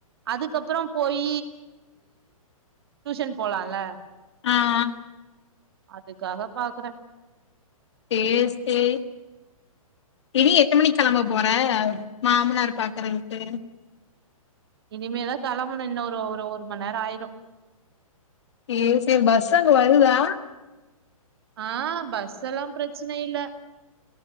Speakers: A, on the right (about 45°); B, on the left (about 50°).
A: அதுக்கப்புறம் போயி டியூஷன் போலாம்ல
B: ஆஹ்ஹ
A: அதுக்காக பாக்குறேன்
B: செர் செரி இனி எத்த மணி கெளம்ப போற மாமனார் பாக்கறதுக்கு
A: இனிமேதான் கெளம்பணும் இன்னும் ஒரு ஒரு ஒரு மணி நேரம் ஆயிரும்
B: செரி செரி பஸ் அங்க வருதா
A: ஆஹ் பஸ் எல்லாம் பிரச்சன இல்ல